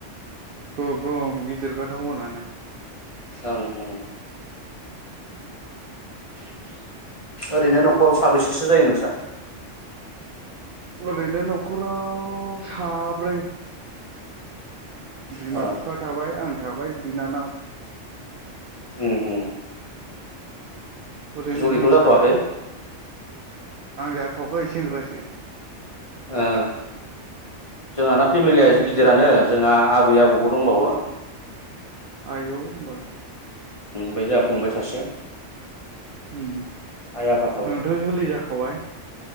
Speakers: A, on the right; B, on the left.
A: गो गोम गिदिर खा तावनआनो।
B: ओं ओं।
A: <unintelligible>
B: ओरैनो न'खराव साबेसेसो जायो नोंस्रा?
A: ओरैनो न'खराव साब्रै। बिमा
B: ओ
A: बिफा थाबाय आं। थाबाय बिनानाव।
B: उम उम।
A: ओरैनो
B: जुलिथ'
A: नोंसिनालाय
B: जाथ'वाखै?
A: आं जाथ'आखै सेंग्रासो।
B: ओ जोंहाना फेमिलिया
A: ओरैनो नोंसिनालाय
B: गिदिरानो जोंहा आबै आबौबो दंबावो।
A: आयौ होमबालाय।
B: आमफ्राय जोंहा फंबाय सासे।
A: उम
B: आइ आफा थाबाय
A: नोंथ' जुलि जाखाबाय?